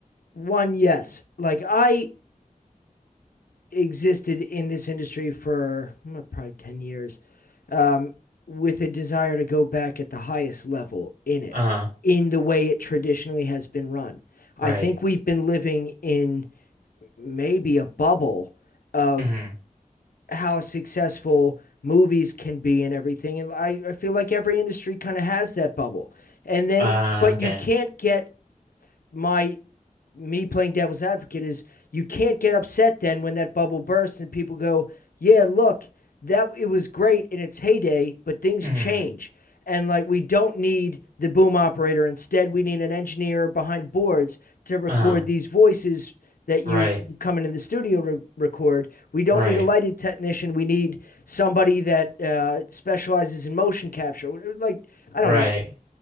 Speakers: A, on the left; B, on the right.
A: one, yes, like I existed in this industry for mm, probably 10 years um, with a desire to go back at the highest level in it,
B: Uh,
A: in the way it traditionally has been run. I
B: right.
A: think we've been living in maybe a bubble of
B: hmm
A: how successful movies can be and everything. And I, I feel like every industry kind of has that bubble. And then,
B: Uh,
A: but
B: okay.
A: you can't get my me playing devil's advocate is you can't get upset then when that bubble bursts and people go, yeah, look, that it was great in its heyday, but things
B: hmm
A: change. And like we don't need the boom operator. Instead, we need an engineer behind boards to record
B: Uh,
A: these voices that you
B: right.
A: come into the studio re- record. We don't
B: Right.
A: need a lighted technician. We need somebody that uh, specializes in motion capture. Like I
B: Right.
A: don't know.